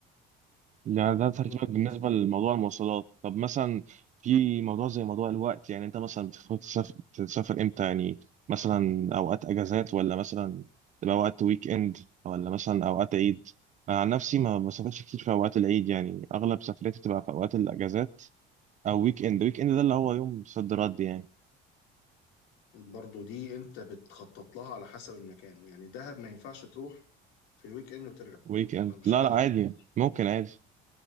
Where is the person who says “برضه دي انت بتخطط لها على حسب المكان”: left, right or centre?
Left